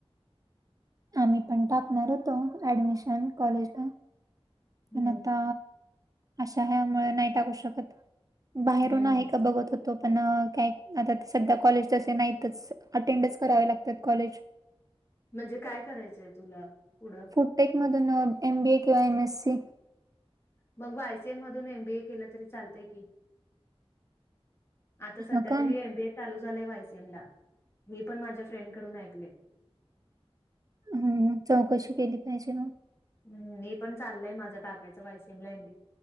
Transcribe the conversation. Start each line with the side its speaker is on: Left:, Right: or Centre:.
Right: मी पण टाकणार होतो ऍडमिशन कॉलेजला
Left: हम्म
Right: पण आता अशा ह्या मुळे नाही टाकू शकत. बाहेरून
Left: हम्म
Right: आहे का बघत हो तो पण काय आता सध्या कॉलेज तसे नाहीतच अटेंडच करावे लागतात कॉलेज
Left: म्हणजे काय करायचंय तुला पुढं
Right: होटेकमधून एम बी ए किंवा एम एस सी
Left: मग आयसीएम मधून एम बीए केलं तरी चालतय की आता सध्या
Right: ह का
Left: तरी एमबीए चालू झालाय वायसीएम ला हेी पण माझ्या फ्रेंडकडून ऐकले.
Right: हम् चौकशी केली पाहिजे मग
Left: हम् मी पण चालय माझ्या टाकायचं वायशिमला